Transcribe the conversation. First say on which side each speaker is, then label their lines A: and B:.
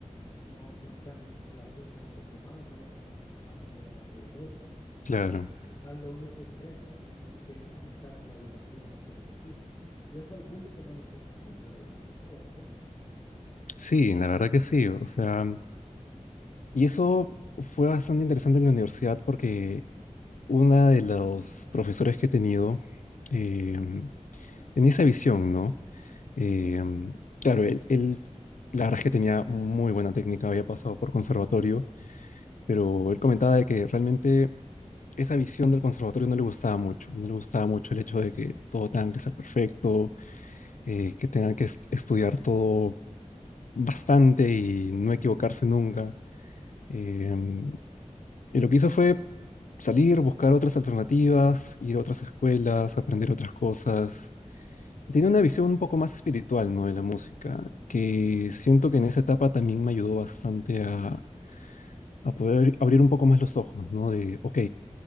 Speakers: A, on the left; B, on the left.
A: no, no están en relación con otros humanos, no se empapan de la naturaleza.
B: claro.
A: Al final lo único que expresan es que han estado en una habitación haciendo ejercicios. Y eso al público no le importa mucho realmente, eso me he dado cuenta.
B: Sí, la verdad que sí. O sea, y eso fue bastante interesante en la universidad porque una de los profesores que he tenido eh, tenía esa visión, ¿no? Eh, claro, él, él, la verdad es que tenía muy buena técnica, había pasado por conservatorio, pero él comentaba de que realmente esa visión del conservatorio no le gustaba mucho, no le gustaba mucho el hecho de que todo tenga que ser perfecto, eh, que tengan que est- estudiar todo bastante y no equivocarse nunca. Em, y lo que hizo fue salir, buscar otras alternativas, ir a otras escuelas, aprender otras cosas. Y Tenía una visión un poco más espiritual, ¿no? de la música, que siento que en esa etapa también me ayudó bastante a, a poder abrir un poco más los ojos, ¿no? De, ok,